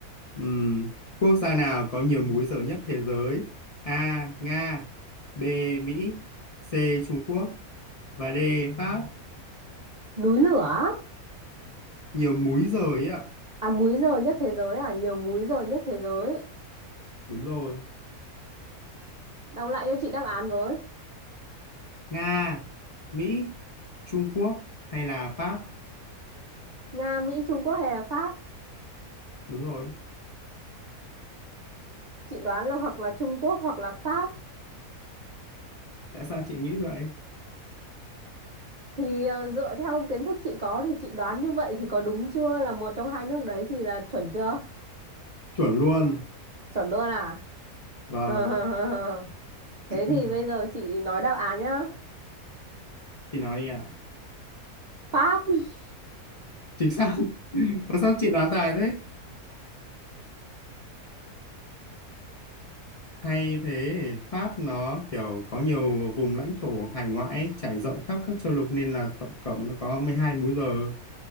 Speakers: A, on the left; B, on the right.
A: Ừm, quốc gia nào có nhiều múi giờ nhất thế giới? A. Nga B. Mỹ C. Trung Quốc và D. Pháp
B: núi lửa á?
A: nhiều múi giờ ấy ạ
B: à múi giờ nhất thế giới à, nhiều múi giờ nhất thế giới.
A: đúng rồi
B: Đọc lại cho chị đáp án với.
A: Nga Mỹ Trung Quốc hay là Pháp
B: Nga, Mỹ, Trung Quốc hay là Pháp?
A: đúng rồi
B: Chị đoán là hoặc là Trung Quốc hoặc là Pháp.
A: tại sao chị nghĩ vậy
B: Thì ờ, dựa theo kiến thức chị có thì chị đoán như vậy thì có đúng chưa? Là một trong hai nước đấy thì là chuẩn chưa?
A: chuẩn luôn
B: Chuẩn luôn à?
A: và
B: <laughs> Thế
A: <clears throat>
B: thì bây giờ chị nói đáp án nhá.
A: chị nói đi ạ
B: Pháp <laughs>
A: chính xác <laughs> mà sao chị đoán tài thế Hay thế, Pháp nó kiểu có nhiều vùng lãnh thổ hải ngoại trải rộng khắp các châu lục nên là tổng cộng nó có mười hai múi giờ